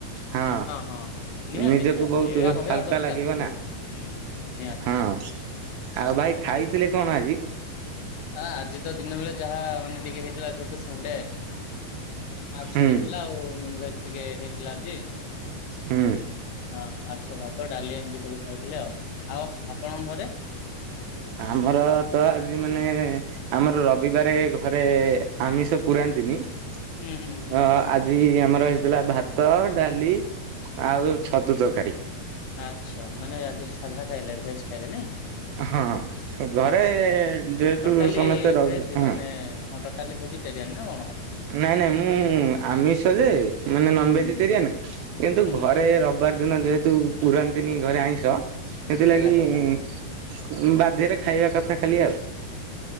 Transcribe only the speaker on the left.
ହଁ ହଁ ନିହାତି
ନିହାତି
ଏଇଆ ରହିବା
ଦରକାର
ସବୁ
ହୁଁ ନିହାତି
ଆ ଆଜି ତ ଦିନ ବେଳେ ଯାହା ମାନେ ଟିକେ ହେଇଥିଲା ଯେହେତୁ ସଣ୍ଡେ। ମାଛ
ହେଇଥିଲା ଆଉ ନନଭେଜ ଟିକେ ହେଇଥିଲା ଆଜି ହ।
ମାଛ ଭାତ ଡାଲି ଏମିତି ସବୁ ଖାଇଥିଲେ ଆଉ। ଆଉ ଆପଣଙ୍କ ଘରେ?
ହୁଁ ହୁଁ ହୁଁ
ଆଚ୍ଛା ମାନେ ଆଜି ସାଧା ଖାଇଲେ ଭେଜ ଖାଇଲେ ନାଇଁ?
ଆଛା
ଟୋଟାଲି
ଭେଜ
ମାନେ ହଁ ଟୋଟାଲି ଭେଜିଟେରିଆନ୍ ନା କଣ?
ହୁଁ
ହୁଁ
ହୁଁ
ହେଲା ହେଲା
ହେଲା ହେଲା